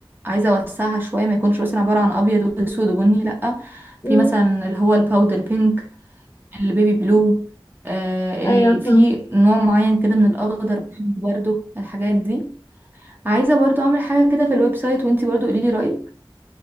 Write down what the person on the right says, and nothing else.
عايزه اوسعها شويه ما يكونش مثلا عباره عن ابيض واسود وبني لا
في مثلا اللي هو الباودر بينك البيبي بلو آه، ال-
في
نوع معين كده من الاخضر بحبه برضه الحاجات دي عايزه برضه اعمل حاجه كده في الويب سايت وانتي برضه قولي لي رايك